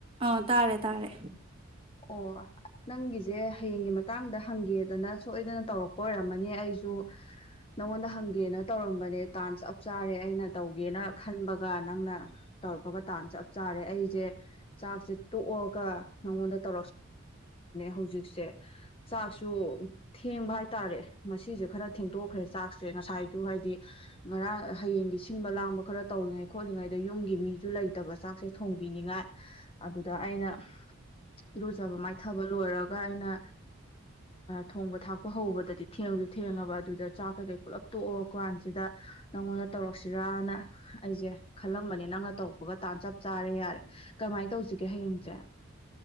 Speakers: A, on the right (about 25°); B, on the left (about 25°).
A: ꯑꯥ ꯇꯥꯔꯦ ꯇꯥꯔꯦ
B: ꯑꯣ ꯅꯪꯒꯤꯁꯦ ꯍꯌꯦꯡꯒꯤ ꯃꯇꯥꯡꯗ ꯍꯪꯒꯦꯗꯅ ꯁꯣꯏꯗꯅ ꯇꯧꯔꯛꯄ ꯑꯣꯏꯔꯝꯃꯅꯤ ꯑꯩꯁꯨ ꯅꯪꯉꯣꯟꯗ ꯍꯪꯒꯦꯅ ꯇꯧꯔꯝꯕꯅꯦ ꯗꯥꯟꯁ ꯆꯞ ꯆꯥꯔꯦ ꯑꯩꯅ ꯇꯧꯒꯦꯅ ꯈꯟꯕꯒ ꯅꯪꯅ ꯇꯧꯔꯛꯄꯒ ꯗꯥꯟꯁ ꯆꯞ ꯆꯥꯔꯦ ꯑꯩꯁꯦ ꯆꯥꯛꯁꯦ ꯇꯣꯛꯑꯒ ꯅꯥꯉꯣꯟꯗꯥ ꯈ ꯍꯧꯖꯤ ꯆ ꯊ ꯍꯥꯏꯇꯥꯔꯦ ꯈꯔ ꯊꯦꯡꯗꯣꯛꯈ꯭ꯔꯦ ꯆꯥꯛꯁꯦ ꯉꯁꯥꯏ ꯁꯨ ꯍꯥꯏꯗꯤ ꯃꯔꯥꯡ ꯍꯌꯦꯡꯒꯤ ꯁꯤꯟꯕ ꯂꯥꯡꯕ ꯈꯔ ꯇꯧꯔꯤꯉꯩ ꯈꯣꯠꯂꯤꯉꯩꯗ ꯌꯨꯝꯒꯤ ꯃꯤꯁꯨ ꯂꯩ ꯐꯠꯇꯕ ꯆꯥꯛꯁꯦ ꯊꯣꯡꯕꯤꯅꯤꯉꯥꯏ ꯑꯗꯨꯗ ꯑꯩꯅ ꯏꯔꯨꯖꯕ ꯃꯥꯏꯊꯕ ꯂꯣꯏꯔꯒ ꯑꯩꯅ ꯊꯣꯡꯕ ꯊꯥꯛꯄ ꯍꯧꯕꯗꯗꯤ ꯊꯦꯡꯗꯨ ꯊꯦꯡꯉꯕ ꯑꯗꯨꯗ ꯆꯥꯛ ꯀꯩꯀꯩ ꯄꯨꯜꯂꯞ ꯇꯣꯛꯑꯣ ꯀꯥꯟꯁꯤꯗ ꯅꯪꯉꯣꯟꯗ ꯇꯧꯔꯛꯁꯤꯔꯅ ꯑꯩꯁꯦ ꯈꯜꯂꯝꯕꯅꯦ ꯅꯪꯅ ꯇꯧꯔꯛꯄꯒ ꯇꯥꯟ ꯆꯞ ꯆꯥꯔꯦ ꯌꯥꯔꯦ ꯀꯃꯥꯏꯅ ꯇꯧꯁꯤꯒꯦ ꯍꯌꯦꯡꯁꯦ